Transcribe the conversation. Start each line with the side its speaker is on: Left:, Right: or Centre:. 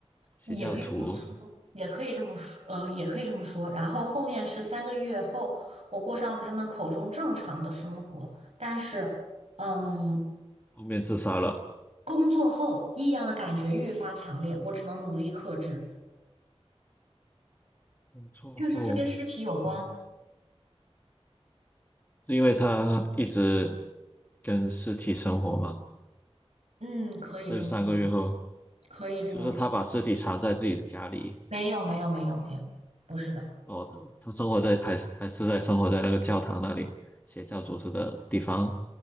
Left: 邪教徒
Right: 也可以也可以这么说，呃，也可以这么说。然后后面是三个月后，我过上了他们口中正常的生活，但是，嗯，
Left: 后面自杀了。
Right: 工作后异样的感觉愈发强烈，我只能努力克制，
Left: 工作后，
Right: 确实是跟尸体有关。
Left: 嗯，是因为他一直跟尸体生活吗？
Right: 嗯，可以这么说，
Left: 这三个月后。
Right: 可以这么说。
Left: 就是他把尸体藏在自己的家里，
Right: 没有，没有，没有，没有，不是的。
Left: 哦，他他生活在还是还是在生活在那个教堂那里，邪教组织的地方，